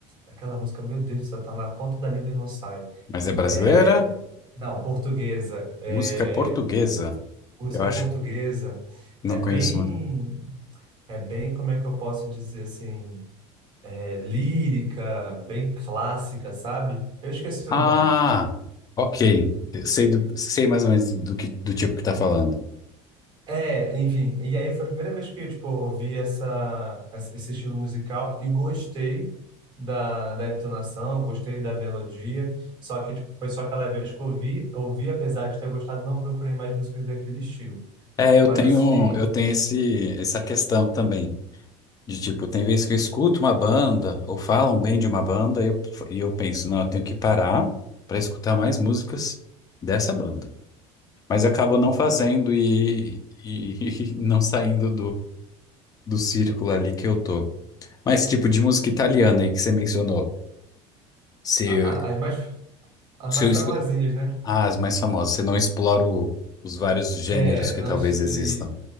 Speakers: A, on the right (about 30°); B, on the left (about 25°).
A: Aquela música, meu Deus, do céu, tá na ponta da língua e não sai.
B: Mas é brasileira?
A: É, não, portuguesa. É,
B: Música portuguesa.
A: música
B: Eu acho
A: portuguesa
B: que não
A: é bem,
B: conheço muito.
A: é bem, como é que eu posso dizer assim, é, lírica, bem clássica, sabe? Eu esqueci
B: Ah,
A: o nome.
B: ok. Sei, do- sei mais ou menos do que do tipo que tá falando.
A: É, enfim, e aí foi a primeira vez que, tipo, ouvi essa, essa- esse estilo musical e gostei da, da entonação, gostei da melodia, só que, tipo, foi só aquela vez que eu ouvi, ouvi, apesar de ter gostado, não procurei mais músicas daquele estilo.
B: É,
A: Mas,
B: eu tenho
A: assim,
B: eu tenho esse essa questão também. De tipo, tem vezes que eu escuto uma banda ou falam bem de uma banda e eu, e eu penso, não, eu tenho que parar para escutar mais músicas dessa banda. Mas acabo
A: uhum.
B: não fazendo e, e <laughs> não saindo do círculo ali que eu tô. Mas tipo de música italiana aí que você mencionou, se,
A: Ah, as mais, as
B: se
A: mais
B: eu
A: famosinhas,
B: escu...
A: né?
B: ah, as mais famosas, você não explora o- os vários gêneros
A: É,
B: que
A: nós
B: talvez existam.
A: e,